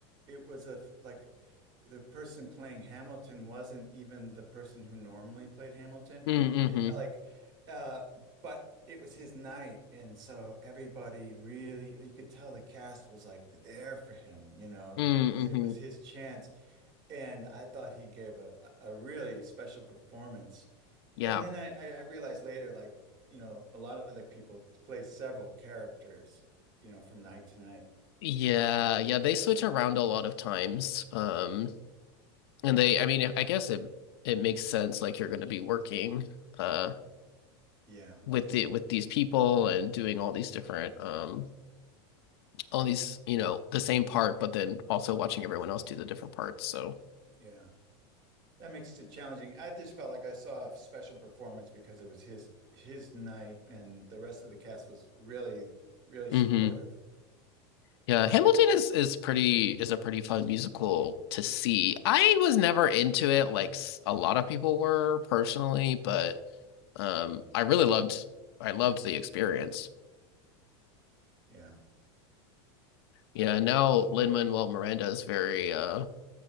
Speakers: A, on the right (about 30°); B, on the left (about 70°).
A: it was a f- like the person playing Hamilton wasn't even the person who normally played Hamilton.
B: Mm-hmm.
A: It- like, uh, but it was his night, and so everybody really you could tell the cast was like there for him, you know,
B: Mm-hmm.
A: because it was his chance, and I thought he gave a a really special performance
B: Yeah.
A: and then I, I I realized later, like, you know, a lot of the people play several characters, you know, from night to night.
B: Yeah, yeah, they switch around a lot of times. Um, and they, I mean, I guess it it makes sense like you're going to be working uh
A: Yeah.
B: with the with these people and doing all these different um all these, you know, the same part, but then also watching everyone else do the different parts. So,
A: Yeah. That makes it challenging. I just felt like I saw a special performance because it was his his night and the rest of the cast was really, really supportive.
B: hmm Yeah,
A: Yeah.
B: Hamilton is is pretty is a pretty fun musical to see. I was never into it like s- a lot of people were personally, but um I really loved I loved the experience.
A: Yeah.
B: Yeah, now Lin-Manuel Miranda is very uh